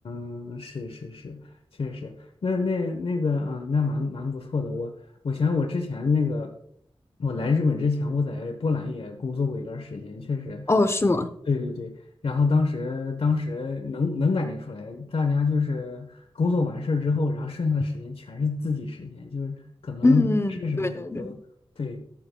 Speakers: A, on the left; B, on the left.
A: 嗯，是是是，确实，那那那个，嗯，那蛮蛮不错的。我我想我之前那个，我来日本之前，我在波兰也工作过一段时间，确实，
B: 哦，是吗？
A: 对对对。然后当时当时能能感觉出来，大家就是工作完事儿之后，然后剩下的时间全是自己时间，就是可能是什么的都对。
B: 嗯，嗯对对对